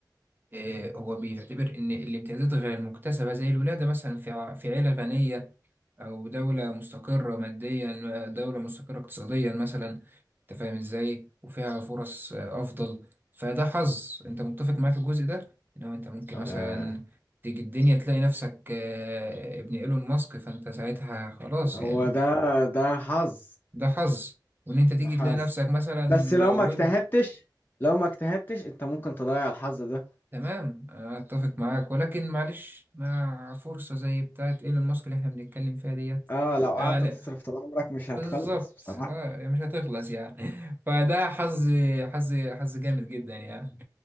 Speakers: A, on the right; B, on the left.
A: آه، هو بيعتبر إن الامتيازات غير المكتسبة زي الولادة مثلا في ع- في عيلة غنية أو دولة مستقرة ماديا آه، دولة مستقرة اقتصاديا مثلا أنت فاهم إزاي وفيها فرص آه، أفضل فده حظ أنت متفق معايا في الجزء ده إن هو أنت ممكن
B: آه
A: مثلا تيجي الدنيا تلاقي نفسك آه، ابن إيلون ماسك فأنت ساعتها خلاص يعني
B: هو ده ده حظ
A: ده حظ وإن أنت تيجي
B: ده حظ
A: تلاقي نفسك مثلا
B: بس لو
A: مولود
B: ما اجتهدتش لو ما اجتهدتش أنت ممكن تضيع الحظ ده
A: تمام اتفق معاك ولكن معلش مع فرصة زي بتاعت ايلون ماسك اللي احنا بنتكلم فيها ديت
B: اه لو قعدت
A: يعني
B: تصرف طول عمرك مش هتخلص
A: بالظبط
B: بصراحة
A: اه يعني مش هتخلص يعني <laughs> فده حظ حظ حظ جامد جدا يعني